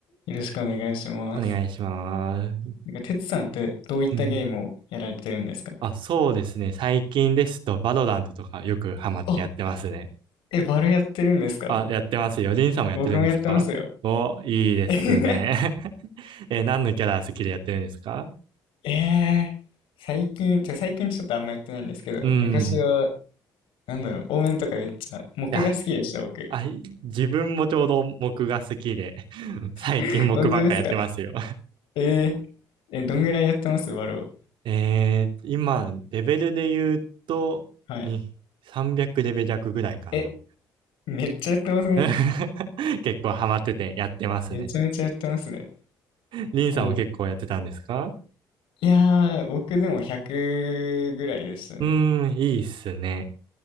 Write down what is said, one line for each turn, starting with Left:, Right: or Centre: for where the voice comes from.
Left: よろしくお願いします。
Right: お願いします。
Left: なんか、てつさんってどういったゲームをやられてるんですか
Right: うん。あ、そうですね。最近ですと、バドラントとかよくハマってやってますね。
Left: あ、え、バルやってるんですか
Right: あ、やってますよ。リンさんもやってるんですかお、
Left: 僕もやってますよ。
Right: いいですね。
Left: <laughs>
Right: <laughs> え、何のキャラ好きでやってるんですか
Left: ええ最近、じゃあ最近ちょっとあんまやってないんですけど、
Right: うん。
Left: 昔は、
Right: い
Left: なんだろう、オーメンとかめっちゃ、木が好きでした、
Right: や、いあ、
Left: 僕。
Right: い自分もちょうど木が好きで、<laughs> 最近木ばっかやってますよ。
Left: <laughs> 本当ですかえええ、どんぐらいやってますバロー。
Right: えー、今、レベルで言うと、
Left: はい。
Right: に、300レベル弱ぐらいかな。
Left: え、めっちゃやってますね。
Right: <laughs> 結構ハマっててやってますね。
Left: めちゃめちゃやってますね。
Right: リンさんも結構やってたんですか
Left: え、いやー、僕でも100ぐらいでしたね。
Right: うーん、いいっすね。